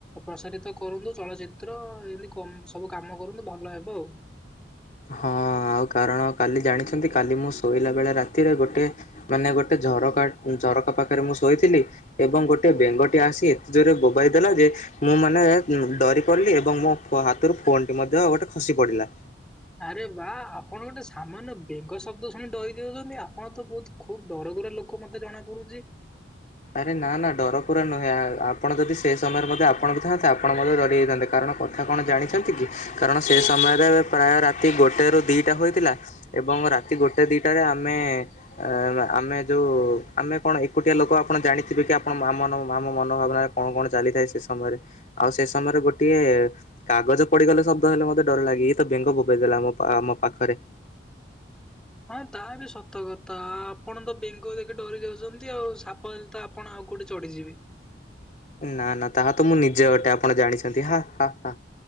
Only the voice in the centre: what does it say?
ପ୍ରସାରିତ କରନ୍ତୁ ଚଳଚିତ୍ର ଏମିତି ସବୁ କାମ କରନ୍ତୁ ଭଲ ଭଲ ହେବ ଆଉ
ଆରେ ବା ଆପଣ ଗୋଟେ ସାମାନ୍ୟ ବେଙ୍ଗ ଶବ୍ଦ ଶୁଣି ଡରି ଯାଉଛନ୍ତି ଆପଣ ତ ବହୁତ ଖୁବ ଡରକୁରା ଲୋକ ମତେ ଜଣା ପଡୁଛି
ହଁ ତା ବି ସତ କଥା ଆପଣ ତ ବେଙ୍ଗ ଦେଖି ଡରି ଯାଉଛନ୍ତି ଆଉ ସାପ ହେଲେ ତ ଆପଣ ଆଉ କୋଉଠି ଚଢିଯିବେ,